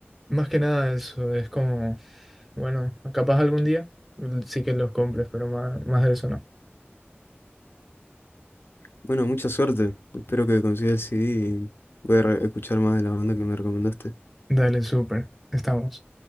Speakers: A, in the centre; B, on the left.
A: más que nada eso, es como, bueno, capaz algún día mm, sí que los compres, pero más, más de eso no.
B: bueno, mucha suerte. Espero que consigas el CD y voy a re- escuchar más de la banda que me recomendaste.
A: Dale, súper, estamos.